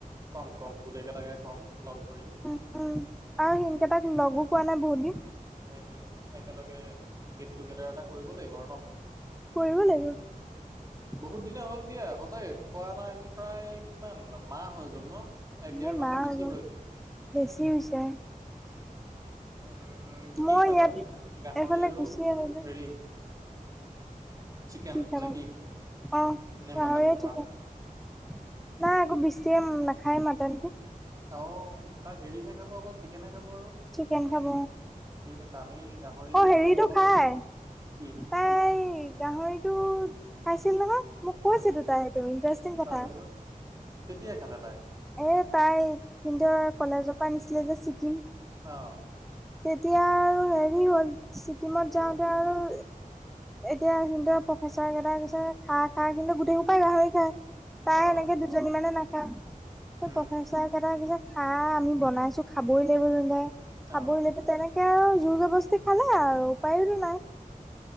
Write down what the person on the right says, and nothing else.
কম, কম গোটেই কেইটাকে কম, লগ ধৰিম।
সেইটোৱে একেলগে গেট- টুগেডাৰ এটা কৰিব লাগিব আৰু ন।
বহুত দিনে হ'ল দিয়া, সঁচাকে খোৱা নাই আমি প্ৰায় কিমান, মাহ হৈ গ'ল ন। এক ডেৰ
মাহৰ
বেছি
উম কি
খাবা
গাহৰি
আৰু
হেৰি চিকেন
নে
নে
মটন
খাবা
অ', তাই হেৰিহে খাব, অকল চিকেনহে খাব আৰু।
ঠিক আছে আমি গাহৰি
অলপ
নিম। কি?
উম
তাৰপিছত কেতিয়া খালে তাই?
অ'।
কি হ'ল
বাৰু
অ
উম
অ
উম
উম